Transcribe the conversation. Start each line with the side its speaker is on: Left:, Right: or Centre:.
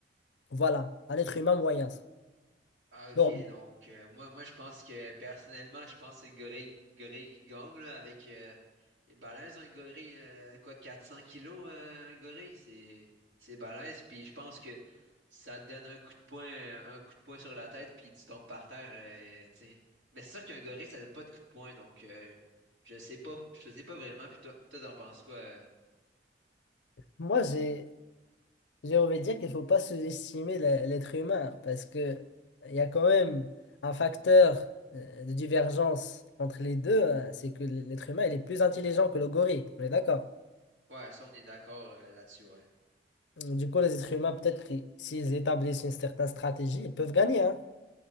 Left: Voilà, un être humain moyen.
Right: Ah, Ok,
Left: Normal.
Right: donc euh, moi, moi je pense que personnellement, je pense que c'est le gorille, gorille qui gagne là, avec euh, il est balèze un gorille, euh, quoi 400 kilos euh, un gorille, c'est c'est balèze. Puis je pense que ça te donne un coup de poing, un coup de poing sur la tête, puis tu tombes par terre, euh, tu sais. Mais c'est sûr qu'un gorille, ça donne pas de coup de poing, donc euh, je sais pas, je sais pas vraiment. Puis toi, toi t'en penses quoi? euh?
Left: Moi, j'ai, J'ai envie de dire qu'il ne faut pas sous-estimer le- l'être humain parce que il y a quand même un facteur euh, de divergence entre les deux, hein, c'est que l'être humain il est plus intelligent que le gorille, on est d'accord?
Right: Ouais, ça on est d'accord euh, là-dessus, ouais.
Left: Du coup, les êtres humains, peut-être, qu'ils- s'ils établissent une certaine stratégie, ils peuvent gagner, hein.